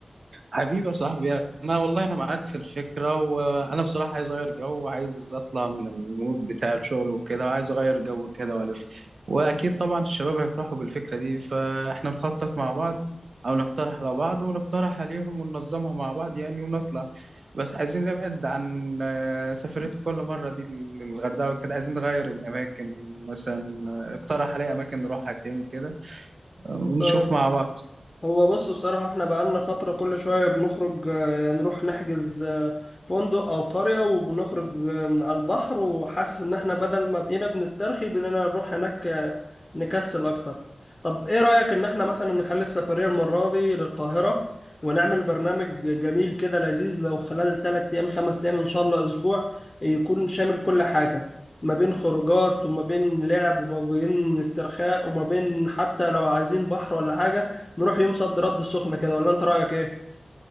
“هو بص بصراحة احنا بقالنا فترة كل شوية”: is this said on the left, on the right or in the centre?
Left